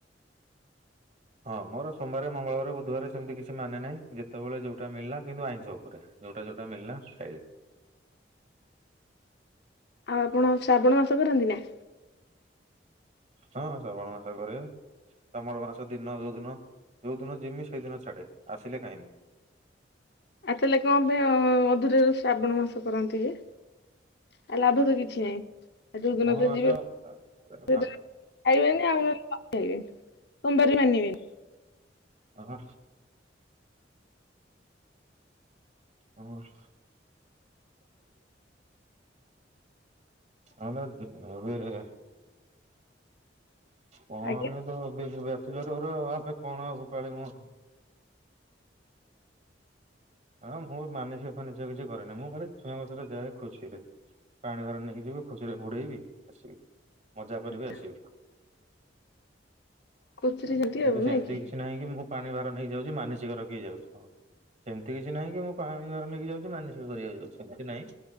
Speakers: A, on the right (about 40°); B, on the left (about 60°).
A: ହଁ ମୋର ସୋମବାର ମଙ୍ଗଳବରେ ବୁଧବାର ସେମିତି କିଛି ମାନେ ନାହିଁ ଯେତେବେଳେ ଯୋଉଟା ମୀଳିଲା କିନ୍ତୁ ଆଇଁଷ ଉପରେ। ଯୋଉଟା ଯୋଉଟା ମିଳିଲା ଖାଇଲି।
B: ଆଉ ଆପଣ ଶ୍ରାବଣ ମାସ କରନ୍ତି ନା?
A: ହଁ ଶ୍ରାବଣ ମାସ କରେ। ଶାବଣ ମାସ ଦିନ ଯୋଉ ଦିନ ଯୋଉ ଦିନ ଯିମି ସେଦିନ ଛାଡେ ଆସିଲେ ଖାଇମୀ।
B: ଆଉ ତାହେଲେ କଣ ପାଇଁ ଅଧୁରାରୁ ଶ୍ରାବଣ ମାସ କରନ୍ତି ଯେ? ଆ ଲାଭ ତ କିଛି ନାହିଁ। ଆ ଯୋଉ
A: ଶ୍ରାବଣ
B: ଦିନ ତ
A: ମାସ
B: ଯିବେ ସେ
A: ଏବେ
B: ଦିନ ଖାଇବେନି ଆଉ କଣ ଖାଇବେ ସୋମବାର ମାନିବେନି।
A: ଅହ। ହଁ। <unintelligible> ହଁ ବା ମୁଁ ବି କଣ
B: ଆଜ୍ଞା।
A: ଆମେ ତ ବି ବ୍ୟାଚଲର୍ ଗୁରା ଆମେ କଣ ଆଉ ପାଳିମୁ। ହଁ ମୁଁ ମାନସିକ ଫାନସିକ କିଛି କରେନି ମୁଁ ଖାଲି ଛୁଆଙ୍କ ସହିତ ଯାଏ ଖୁସିରେ। ପାଣି ଭାର ନେଇକି ଯିବି ଖୁସିରେ ବୁଡ଼େଇବି ଆସିବି ମଜା କରିବି
B: ଆଛା
A: ଆସିବି।
B: କଚୁରୀ
A: ହୁଁ
B: ଯେମିତି
A: ଏମିତି
B: ଆଉ
A: ସେମିତି
B: ନାଇଁ କି
A: କିଛି ନାହିଁ କି ମୁ ପାଣି ଭାର ନେଇକିଯାଉଛି ମାନସିକ ରଖିକିଯାଉଛି। ଏମିତି କିଛି ନାହିଁ କି ମୁଁ ପାଣି ଭାର ନେଇକି ଯାଉଛି ମାନିସ କରିବାକୁ ଯାଉଛି ସେମିତି ନାଇଁ